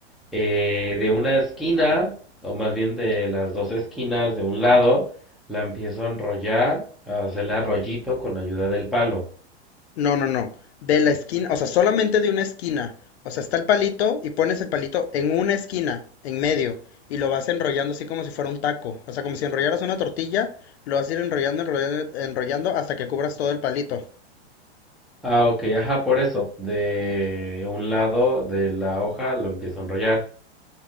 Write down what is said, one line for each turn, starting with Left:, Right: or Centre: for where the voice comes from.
Centre: Eh, de una esquina, o más bien de las dos esquinas de un lado, la empiezo a enrollar, a hacerle arrollito con ayuda del palo.
Left: No, no, no. De la esquina, o sea, solamente de una esquina. O sea, está el palito y pones el palito en una esquina, en medio, y lo vas enrollando así como si fuera un taco. O sea, como si enrollaras una tortilla, lo vas a ir enrollando, enrollando, enrollando hasta que cubras todo el palito.
Centre: Ah, ok, ajá, por eso. De un lado de la hoja lo empiezo a enrollar.